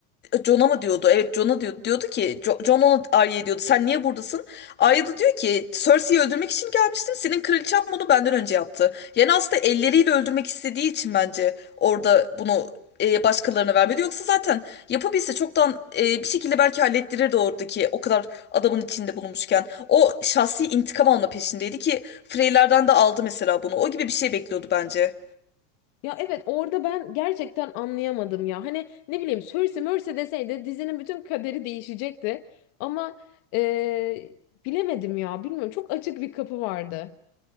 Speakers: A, on the left; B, on the left.
A: John'a mı diyordu? Evet John'a diyordu. Diyordu ki Jo- John ona Arya'ya diyordu. Sen niye buradasın? Arya da diyor ki Cersei'yi öldürmek için gelmiştim. Senin kraliçen bunu benden önce yaptı. Yani aslında elleriyle öldürmek istediği için bence orada bunu e, başkalarına vermedi. Yoksa zaten yapabilse çoktan e, bir şekilde belki hallettirirdi oradaki o kadar adamın içinde bulunmuşken. O şahsi intikam alma peşindeydi ki Freyler'den de aldı mesela bunu. O gibi bir şey bekliyordu bence.
B: Ya evet orada ben gerçekten anlayamadım ya. Hani ne bileyim Cersei Mercy deseydi dizinin bütün kaderi değişecekti. Ama eee, bilemedim ya. Bilmiyorum çok açık bir kapı vardı.